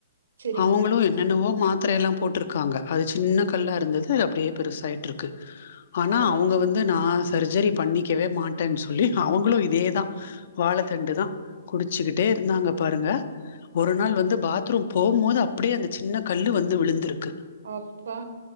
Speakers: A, on the right (about 65°); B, on the left (about 50°).
A: சரிங்க.
B: அவங்களும் என்னென்னவோ மாத்த பத்திரைய எல்லாம் போட்டிருக்காங்க அது சின்ன கல்லாக இருந்தது அப்படியே பெருசாயிட்டு இருக்கு ஆனா
A: அட!
B: அவங்க வந்து நா சர்ஜரி பண்ணிக்கவே மாட்டேன்னு சொல்லி அவங்களும் இதே தா வாழத்தண்டு தான் குடிச்சுக்கிட்டே இருந்தாங்க பாருங்க ஒரு நாள் வந்து பாத்ரூம் போகும்போது அப்படியே அந்த சின்ன கல்லு வந்து விழுந்துருக்கு
A: அப்பா!